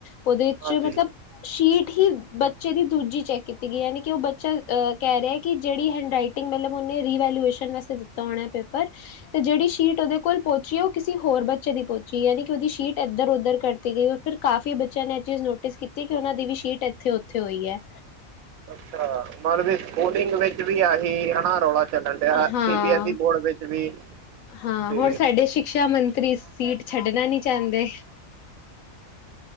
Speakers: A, on the left (about 75°); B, on the right (about 85°).
A: ਉਹਦੇ ਚ
B: ਹਾਂਜੀ
A: ਮਤਲਬ ਸ਼ੀਟ ਹੀ ਬੱਚੇ ਦੀ ਦੂਜੀ ਚੈੱਕ ਕੀਤੀ ਗਈ ਯਾਨੀ ਕਿ ਉਹ ਬੱਚਾ ਕਹਿ ਰਿਹਾ ਕਿ ਜਿਹੜੀ ਹੈਂਡਰਾਈਟ ਮੈਨੇ ਰਿਵੈਲੂਏਸ਼ਨ ਵਾਸਤੇ ਦਿੱਤਾ ਹੋਣਾ ਪੇਪਰ ਤੇ ਜਿਹੜੀ ਸ਼ੀਟ ਉਹਦੇ ਕੋਲ ਪਹੁੰਚੀ ਉਹ ਕਿਸੇ ਹੋਰ ਬ ਦੀ ਪਹੁੰਚੀ ਯਾਨੀ ਕਿ ਉਹਦੀ ਸੀਟ ਇੱਧਰ ਉੱਧਰ ਕਰ ਦਿੱਤੀ ਗਈ ਫਿਰ ਕਾਫੀ ਬੱਚਿਆਂ ਨੇ ਇਹ ਚੀਜ਼ ਨੋਟਿਸ ਕੀਤੀ ਕਿ ਉਹਨਾ ਦੀ ਵੀ ਸ਼ੀਟ ਇੱਥੇ ਉੱਥੇ ਹੋਈ ਹੈ
B: ਅੱਛਾ ਮਤਲਬ ਸਕੂਲਿੰਗ ਵਿੱਚ ਵੀ ਆਹੀ ਹਨਾ ਰੌਲਾ ਚਲਣ ਡਿਆ
A: ਹਾਂ
B: ਸੀ ਬੀ ਐੱਸ ਈ ਬੋਰਡ ਵਿੱਚ ਵੀ
A: ਹਾਂ
B: ਤੇ
A: ਹੋਰ ਸਾਡੇ ਸ਼ਿਕਸ਼ਾ ਮੰਤਰੀ ਸੀਟ ਛੱਡਣਾ ਨੀ ਚਾਹੁੰਦੇ।